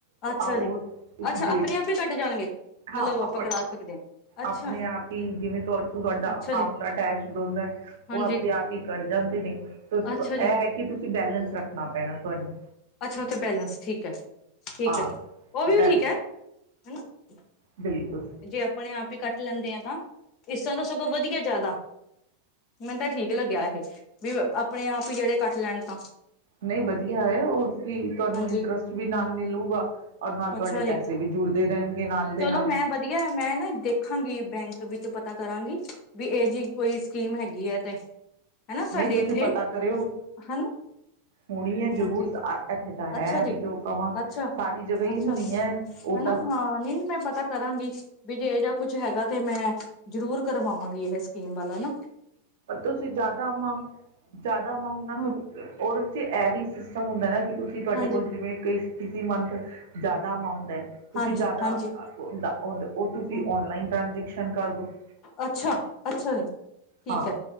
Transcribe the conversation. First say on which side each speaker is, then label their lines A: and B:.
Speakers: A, on the left (about 40°); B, on the right (about 60°).
A: ਅੱਛਾ
B: ਆਹੋ
A: ਜੀ,
B: ਉਹ ਤੁਸੀ
A: ਅੱਛਾ
B: ਦੇਖ
A: ਆਪਣੇ
B: ਸਕ,
A: ਆਪ ਹੀ ਕੱਟ ਜਾਣਗੇ। ਮਤਲਬ
B: ਹਾਂ,
A: ਆਪਾਂ
B: ਆਪ
A: ਕਰਾ ਸਕਦੇ ਹਾਂ, ਅੱਛਾ,
B: ਆਪਣੇ ਆਪ ਹੀ ਜਿਵੇਂ ਤੁਹਾਡਾ ਤੁਹਾਡਾ
A: ਅੱਛਾ
B: ਅਕਾਊਂਟ
A: ਜੀ,
B: ਅਟੈਚਡ ਹੁੰਦਾ ਹੈ,
A: ਹਾਂਜੀ,
B: ਉਹ ਆਪਦੇ ਆਪ ਹੀ ਕੱਟ ਜਾਂਦੇ ਨੇ, ਓਸ
A: ਅੱਛਾ
B: ਇਹ
A: ਜੀ,
B: ਹੈ ਕਿ ਤੁਸੀਂ ਤੂੰ ਬੈਲੇਂਸ ਰੱਖ। ਦੇਣਾ ਪੈਣਾ ਤੁਹਾਨੂੰ।
A: ਅੱਛਾ, ਉੱਥੇ ਬੈਲੈਂਸ ਠੀਕ ਹੈ। ਠੀਕ
B: ਹਾਂ,
A: ਹੈ ਉਹ ਵੀ
B: ਬੈ
A: ਠੀਕ ਹੈ। ਹਨਾ।
B: ਬਿਲਕੁਲ।
A: ਜੇ ਆਪਣੇ ਆਪ ਹੀ ਕੱਟ ਲੈਂਦੇ ਆ ਇਸ ਤਰ੍ਹਾਂ ਦਾ ਸਗੋਂ ਵਧੀਆ ਜ਼ਿਆਦਾ ਮੈਨੂੰ ਤਾਂ ਠੀਕ ਲੱਗਿਆ ਇਹ ਵੀ ਆਪ ਆਪਣੇ ਆਪ ਹੀ ਜਿਹੜੇ ਕੱਟ ਲੈਣ ਤਾਂ
B: ਨਹੀਂ ਵਧੀਆ ਏ ਹੋਰ ਵੀ ਤੁਹਾਨੂੰ
A: ਹਾਂਜੀ
B: ਇੰਟਰਸਟ ਵੀ ਨਾਲ ਮਿਲੂਗਾ ਔਰ ਨਾਲ
A: ਅੱਛਾ
B: ਤੁਹਾਡੇ
A: ਜੀ
B: ਪੈਸੇ ਵੀ ਜੁੜਦੇ ਰਹਿਣਗੇ ਨਾਲ ਦੇ
A: ਚਲੋ
B: ਨਾਲ
A: ਮੈਂ ਵਧੀਆ ਮੈਂ ਨਾ ਦੇਖਾਂਗੀ ਬੈਂਕ ਵਿੱਚ ਪਤਾ ਕਰਾਂਗੀ ਵੀ ਇਹ ਜਿ ਕੋਈ ਸਕੀਮ ਹੈਗੀ ਹੈ ਤੇ ਹਨਾ ਸਾਡੇ
B: ਨਹੀਂ ਤੁਸੀਂ
A: ਇੱਥੇ
B: ਪਤਾ ਕਰਿਓ
A: ਹਨਾ
B: ਹੋਣੀ ਹੈ ਜ਼ਰੂਰ
A: ਹਾਂਜੀ
B: ਇੱਥੇ ਤਾਂ ਹੈ
A: ਅੱਛਾ ਜੀ
B: ਨਹੀਂ ਕਿ ਉਹ ਕਵਾਂ
A: ਅੱਛਾ
B: ਸਾਰੀ ਜਗ੍ਹਾ ਹੀ
A: ਅੱਛਾ
B: ਹੋਣੀ ਹੈ ਉਹ
A: ਹਨਾ
B: ਤਾਂ
A: ਹਾਂ ਨੀ ਮੈਂ ਪਤਾ ਕਰਾਂਗੀ ਵਿ ਜੇ ਜਹਾ ਕੁਛ ਹੈਂਗਾ ਤੇ ਮੈਂ ਜਰੂਰ ਕਰਵਾਵਾਂਗੀ ਇਹ ਸਕੀਮ ਵਾਲਾ ਹਨਾ
B: ਤੁਸੀਂ ਜ਼ਿਆਦਾ ਅਮਾਂਊਟ ਜ਼ਿਆਦਾ ਅਮਾਊਂਟ ਨਾ
A: ਹੂੰ
B: ਉਹ ਵਿੱਚ ਇਹ ਵੀ ਸਿਸਟਮ ਹੁੰਦਾ ਨਾ ਤੁਸੀਂ ਤੁਹਾਡੇ
A: ਹਾਂਜੀ
B: ਕੋਲ ਜਿਵੇਂ ਕਈ ਕਿਸਸੀ ਮੰਥ ਜ਼ਿਆਦਾ ਅਮਾਊਂਟ ਤੁਸੀਂ
A: ਹਾਂਜੀ
B: ਜ਼ਿਆਦਾ
A: ਹਾਂਜੀ
B: ਉਹ ਤੁਸੀਂ
A: ਹੂੰ
B: ਔਨਲਾਈਨ ਟ੍ਰਾਂਜੈਕਸ਼ਨ ਸ਼ਕਾ ਤੋਂ <inaudible>
A: ਅੱਛਾ ਅੱਛਾ ਜੀ ਠੀਕ
B: ਹਾਂ
A: ਹੈ